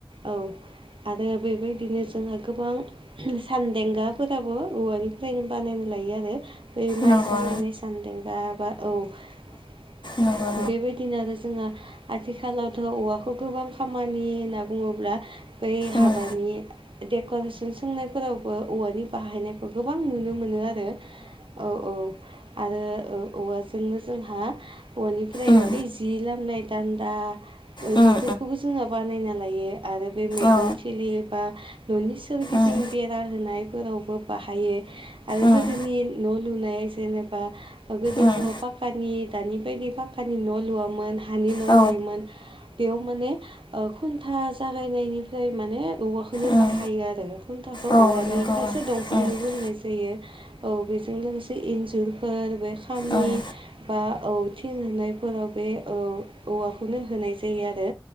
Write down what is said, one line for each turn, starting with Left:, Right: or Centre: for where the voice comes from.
Right: औ आरो बेबायदिनो जोंहा गोबां सानदेंगाफोराबो औवानि फ्रायनो बानायना लायो आरो बै माइसालिनाय
Left: नंगौ
Right: सान्देंगा बा औ
Left: नंगौ नंगौ
Right: बेबायदिनो आरो जोङो आथिखालावथ' औवाखौ गोबां खामानि होनना बुङोब्ला बै
Left: उम
Right: बानि डेक'रेसन सोंनायफोरावबो औवानि बाहायनाय गोबां नुनो मोनो आरो औ औ आरो औवाजोंनो जोंहा औवानिफ्रायनो
Left: उम
Right: बै जि लामनाय दान्दा
Left: उम
Right: बेफोरखौबो जोङो बानायना लायो आरो बे मैगं
Left: औ
Right: थिलि एबा न'नि सोरगिदिं
Left: उम
Right: बेरा होनायफोरावबो बाहायो आरो
Left: उम
Right: गोदनि न' लुनाय जेनबा गोदोथ'
Left: उम
Right: पाक्कानि दानि बायदि पाक्कानि न' लुवामोन हानि न'
Left: औ
Right: लुयोमोन बेयाव माने खुन्था जागायनायनि फ्राय माने औवाखौनो
Left: उम
Right: बाहायो आरो खुनथाखो
Left: औ
Right: औवानि
Left: नंगौ
Right: खायसे दं फांनिबो
Left: ओं उम
Right: होनाय जायो औ बेजों लोगोसे इन्जुरफोर बे खामि
Left: ओं
Right: बा औ थिं होनायफोराव बे औ औवाखौनो होनाय जायो आरो